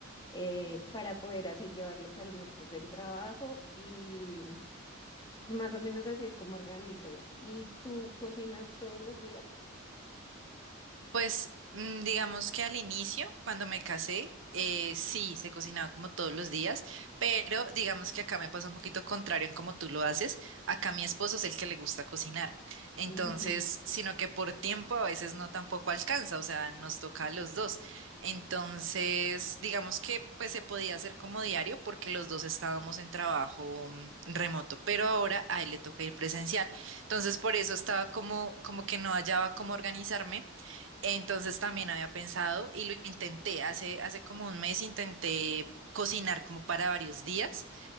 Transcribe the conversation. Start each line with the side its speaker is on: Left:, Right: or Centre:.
Left: eh, para poder así llevar los almuerzos del trabajo y más o menos así es como organizo. ¿Y tú cocinas todos los días?
Right: Pues mm, digamos que al inicio, cuando me casé, eh, sí, se cocinaba como todos los días, pero digamos que acá me pasa un poquito contrario en cómo tú lo haces. Acá mi esposo es el que le gusta cocinar. Entonces,
Left: <laughs>
Right: sino que por tiempo a veces no tampoco alcanza, o sea, nos toca a los dos. Entonces, digamos que pues se podía hacer como diario porque los dos estábamos en trabajo mm, remoto, pero ahora a él le toca ir presencial. Entonces, por eso estaba como, como que no hallaba cómo organizarme entonces también había pensado y lo intenté, hace, hace como un mes intenté cocinar como para varios días